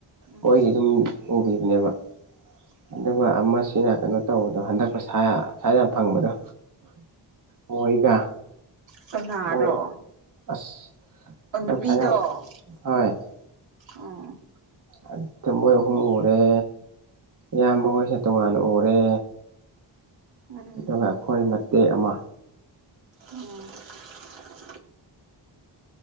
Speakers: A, on the right; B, on the right.
A: ꯎꯝ
B: ꯃꯣꯏꯒꯤ ꯑꯗꯨꯝ ꯎꯕꯤꯕꯅꯦꯕ
A: ꯎꯝ
B: ꯑꯗꯨꯒ ꯑꯃꯁꯤꯅ ꯀꯩꯅꯣ ꯇꯧꯕꯗꯣ ꯍꯟꯗꯛ ꯁꯥꯏꯖ ꯌꯥꯝ ꯐꯪꯕꯗꯣ ꯃꯣꯏꯒ
A: ꯀꯅꯥꯔꯣ
B: ꯃꯣꯏ ꯑꯁ
A: ꯅꯨꯄꯤꯗꯣ
B: <unintelligible>
A: ꯑꯣ
B: ꯑꯗꯨꯗ ꯃꯣꯏ ꯑꯍꯨꯝ ꯎꯔꯦ ꯏꯌꯥꯝꯕ ꯃꯣꯢꯖꯦ ꯇꯣꯉꯥꯟꯅ ꯎꯔꯦ
A: ꯎꯝ
B: ꯑꯗꯨꯒ ꯑꯩꯈꯣꯏ ꯃꯇꯦꯛ ꯑꯃ
A: ꯎꯝ <unintelligible>